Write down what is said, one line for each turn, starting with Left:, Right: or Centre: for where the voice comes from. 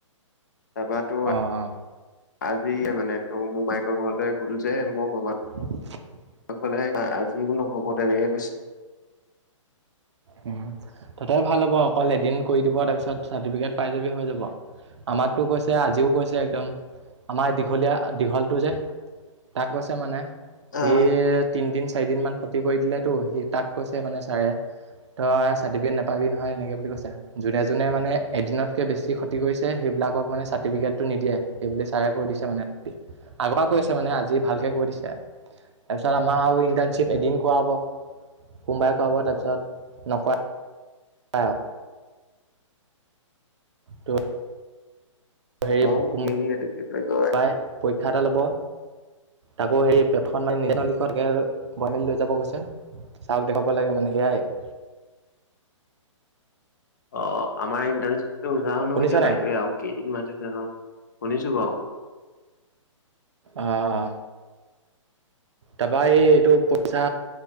Left: তাৰপ তো
Right: অঁ অঁ
Left: আজিয়ে মানে ত মোমাইকৰ ঘৰলে গল যে মোৰ ম
Right: <inaudible>
Left: ফে আজিও নহ'ব তেনেকে কৈছে।
Right: উ ততে ভাল হ'ব অকল এদিন কৰি দিব তাৰপিছত চাৰ্টিফিকেট পাই যাবি হৈ যাব। আমাকতো কৈছে আজিও কৈছে একদম আমাৰ দীঘলীয়া দীঘলটো যে তাক কৈছে মানে- সি
Left: আহ
Right: তিনদিন চাৰিদিন মান ক্ষতি কৰি দিলেতো সি তাক কৈছে মানে ছাৰে- তই চাৰ্টিফিকেট নাপাবি নহয় এনেকে বুলি কৈছে যোনে যোনে মানে এদিনতকে বেছি ক্ষতি কৰিছে সেইবিলাক- ক মানে চাৰ্টিফিকেট টো নিদিয়ে সেইবুলি ছাৰে কৈ দিছে মানে। আগ পৰা কৈ আছে মানে আজি ভালকে কৈ দিছে। তাৰপিছত আমাৰ আৰু ইণ্টাৰ্ণশ্বিপ এদিন কৰাব সোমবাৰে কৰাব তাৰপিছত নকৰা ই আউ ত হেৰি
Left: মইও
Right: সোমবাৰে
Left: হেৰি এইটো কি বুলি কয়
Right: পৰীক্ষা এটা ল'ব। তাকো সেই পেপাখন মানে নিজে লিখি মেলি লৈ যাব গৈছে চাৰক দেখাব লাগে মানে সেয়াই উ
Left: অ আমাৰ ইণ্টাৰ জনো
Right: শুনিছ
Left: এতিয়া
Right: নাই
Left: বাইদেৱে আৰু কেইদিন মাটে জানো। শুনিছো বাও।
Right: অঁ অ তাৰপৰা এইটো পইচা